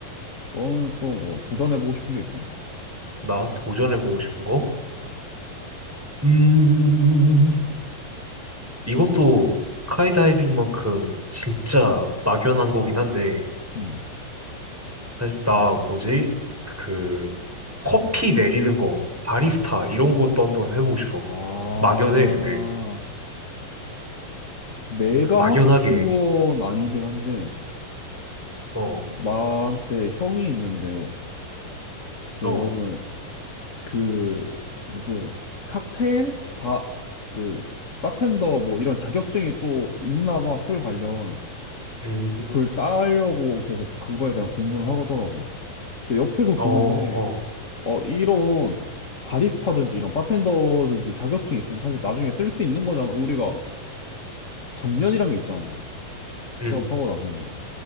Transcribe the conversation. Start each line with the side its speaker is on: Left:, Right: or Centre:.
Left: 너는 또 뭐 도전해보고 싶은 게 있어?
Centre: 나 도전해보고 싶은 거?
Left: 아,
Centre: 음, 이것도 스카이다이빙만큼 진짜 막연한 거긴 한데,
Left: 음.
Centre: 사실 나 뭐지? 그 커피 내리는 거, 바리스타 이런 것도 한번 해보고 싶어.
Left: 아,
Centre: 막연해, 근데
Left: 내가
Centre: 막연하게
Left: 하고 싶은 건 아니긴 한데,
Centre: 어,
Left: 나한테 형이 있는데 그
Centre: 어,
Left: 형은 그 무슨 칵테일 바 그 바텐더 뭐 이런 자격증이 또 있나 봐 술 관련
Centre: 음,
Left: 그걸 따려고 계속 그거에 대한 공부를 하더라고. 근데 옆에서
Centre: 어,
Left: 보는데
Centre: 어,
Left: 어 이런 바리스타든지 이런 바텐더든지 자격증이 있으면 사실 나중에 쓸 수 있는 거잖아. 우리가 정년이란 게 있잖아.
Centre: 음,
Left: 취업하고 나서는.